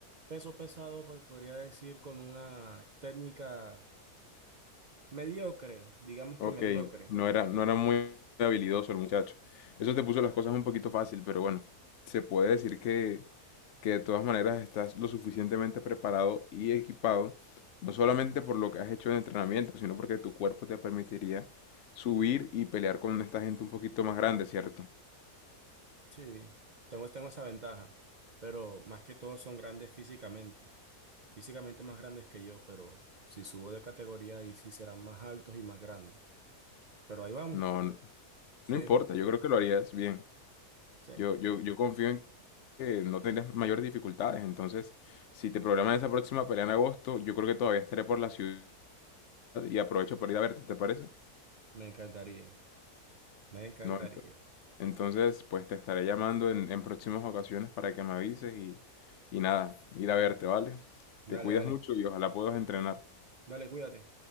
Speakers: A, on the right; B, on the left.
A: peso pesado, po- podría decir, con una técnica mediocre, digamos
B: Ok,
A: que mediocre.
B: no era, no era muy habilidoso el muchacho. Eso
A: Sí,
B: te puso las cosas un poquito fácil, pero bueno, se puede decir que, que de todas maneras estás lo suficientemente preparado y equipado, no solamente por lo que has hecho en entrenamiento, sino porque tu cuerpo te permitiría subir y pelear con esta gente un poquito más grande, ¿cierto?
A: sí, tengo, tengo esa ventaja, pero más que todo son grandes físicamente. físicamente más grandes que yo, pero si subo de categoría ahí sí serán más altos y más grandes. Pero ahí vamos.
B: No, no,
A: Soy,
B: no importa,
A: un-
B: yo creo que lo harías bien.
A: sí,
B: Yo, yo, yo confío en que no tendrás mayores dificultades, entonces, si te programas esa próxima pelea en agosto, yo creo que todavía estaré por la ciudad y aprovecho para ir a verte, ¿te parece?
A: me encantaría, me encantaría.
B: No, ent- Entonces, pues te estaré llamando en, en próximas ocasiones para que me avises y, y nada, ir a verte, ¿vale?
A: Dale,
B: Te cuidas
A: dale,
B: mucho y ojalá puedas entrenar.
A: dale, cuídate.